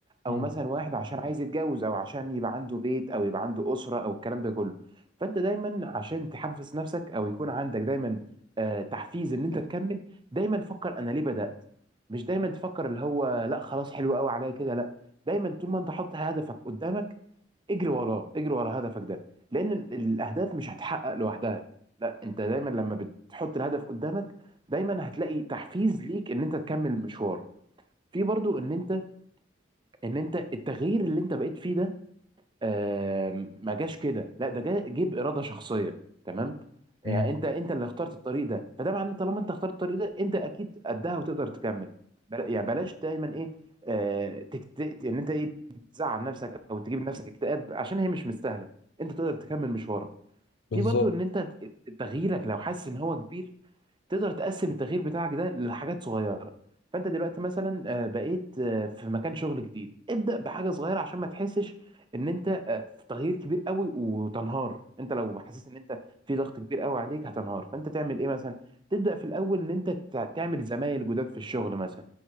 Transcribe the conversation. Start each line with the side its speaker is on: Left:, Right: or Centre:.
Left: مم.
Right: او مثلا واحد عشان عايز يتجوز او عشان يبقى عنده بيت او يبقى عنده أسرة او الكلام ده كله فانت دايما عشان تحفز نفسك او يكون عندك دايما آه، تحفيز ان انت تكمل دايما فكر انا ليه بدأت مش دايما تفكر اللي هو لا خلاص حلو قوي عليا كده لا دايما طول ما انت حاطط هدفك قدامك اجري وراه اجري ورا هدفك ده لان ال- الاهداف مش هتحقق لوحدها لا انت دايما لما بتحط الهدف قدامك دايما هتلاقي تحفيز ليك ان انت تكمل المشوار في برضو ان انت ان انت التغيير اللي انت بقيت فيه ده آم، ما جاش كده لا ده جا جه باراده شخصيه تمام يعني
Left: امم
Right: انت انت اللي اخترت الطريق ده فده معناه ان طالما انت اخترت الطريق ده انت اكيد قدها وتقدر تكمل بلا يعني بلاش دايما ايه آه تكت... ان انت ايه تزعل نفسك او تجيب لنفسك اكتئاب عشان هي مش مستاهله انت تقدر تكمل مشوارك
Left: بالظبط
Right: في برضو ان انت تغييرك لو حاسس ان هو كبير تقدر تقسم التغيير بتاعك ده لحاجات صغيره فانت دلوقتي مثلا آه، بقيت آه، في مكان شغل جديد ابدا بحاجه صغيره عشان ما تحسش ان انت آه، في تغيير كبير قوي وتنهار انت لو حسيت ان انت في ضغط كبير قوي عليك هتنهار فانت تعمل ايه مثلا تبدا في الاول ان انت تع- تعمل زمايل جداد في الشغل مثلا